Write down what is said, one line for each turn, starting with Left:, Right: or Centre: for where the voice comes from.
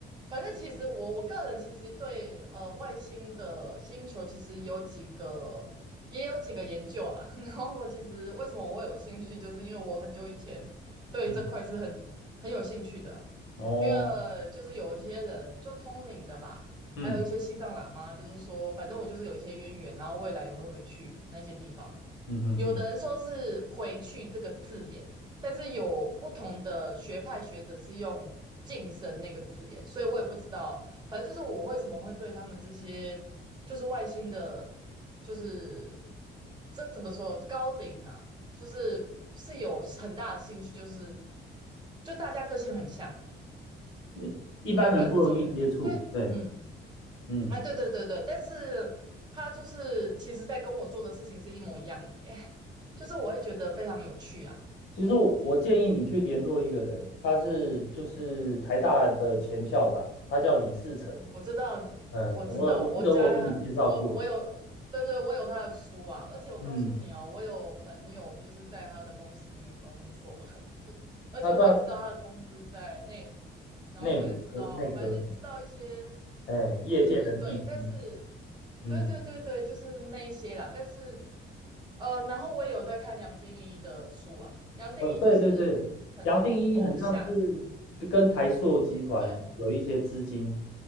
Right: 反正其实我我个人其实对呃外星的星球其实有几个也有几个研究啦。<laughs> 然后我其实为什么我会有兴趣，就是因为我很久以前对这块是很很有兴趣的，
Left: 嗯哦，
Right: 因为就是有一些人就通灵的吧，
Left: 嗯
Right: 还有一些西藏喇嘛，就是说反正我就是有一些渊源，然后未来也会回去那些地方。
Left: 嗯嗯嗯，
Right: 有的人说是“回去”这个字眼，但是有不同的学派学者是用“晋升”那个字眼，所以我也不知道。反正就是我为什么会对他们这些就是外星的，就是这怎么说高龄啊，就是是有很大的兴趣，就是就大家个性很像，
Left: 你一般人不容易接触，
Right: 对，反正不重要。对，
Left: 对，
Right: 嗯，
Left: 嗯，
Right: 啊，对对对对，但是他就是其实在跟我做的事情是一模一样的耶。<laughs> 就是我会觉得非常有趣啊。
Left: 其实我我建议你去联络一个人，他是就是台大的前校长，他叫李士成，
Right: 我知道，
Left: 嗯，
Right: 我知道，
Left: 我我记得我有跟你介绍过，
Right: 我家我我有，对对，我有他的书啊，而且我告诉你哦，
Left: 嗯，
Right: 我有朋友就是在他的公司里面工作，<laughs> 而且我也知道他的公司在内湖
Left: 他在
Right: 然后我也知道，
Left: 内湖科内科，
Right: 反正就知道一些，
Left: 哎，业界的秘书，
Right: 就是对，但是
Left: 嗯，
Right: 对对对对，就是那一些啦，但是呃，然后我也有在看杨定一的书啊，杨定一就是
Left: 呃，对对对，
Right: 可能偶偶像。
Left: 杨定一很像是就跟台塑集团有一些资金
Right: 对。